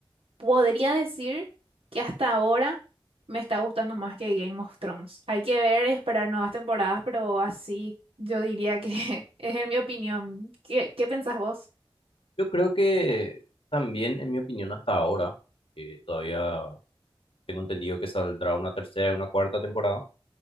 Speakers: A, on the right; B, on the left.
A: Podría decir que hasta ahora me está gustando más que Game of Thrones. Hay que ver y esperar nuevas temporadas, pero así yo diría que <laughs> es en mi opinión. ¿Qué, qué pensás vos?
B: Yo creo que también, en mi opinión, hasta ahora, eh, todavía tengo entendido que saldrá una tercera y una cuarta temporada,